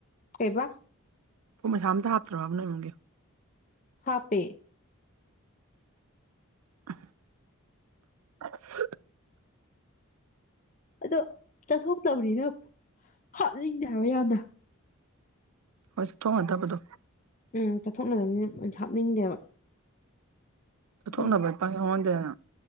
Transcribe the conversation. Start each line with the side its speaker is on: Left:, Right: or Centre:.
Left: ꯀꯩꯕꯥ
Right: ꯄꯣꯟ ꯃꯩꯁꯥ ꯑꯝꯇ ꯍꯥꯞꯇ꯭ꯔꯣꯕ ꯅꯣꯏ ꯏꯃꯨꯡꯒꯤ
Left: ꯍꯥꯞꯄꯦ
Right: <inaudible>
Left: ꯑꯗꯣ ꯆꯠꯊꯣꯛꯇꯕꯅꯤꯅ ꯍꯥꯞꯅꯤꯡꯗꯦ ꯍꯥꯏꯕ ꯌꯥꯝꯅ
Right: ꯍꯣꯏ ꯆꯠꯊꯣꯛꯅꯗꯕꯗꯣ
Left: ꯎꯝ ꯆꯠꯊꯣꯛꯅꯗꯕꯅꯤꯅ ꯍꯥꯞꯅꯤꯡꯗꯦꯕ
Right: ꯆꯠꯊꯣꯛꯅꯕ
Left: ꯑꯗꯨꯝ
Right: ꯂꯨꯄꯥ ꯑꯩꯉꯣꯟꯗꯅ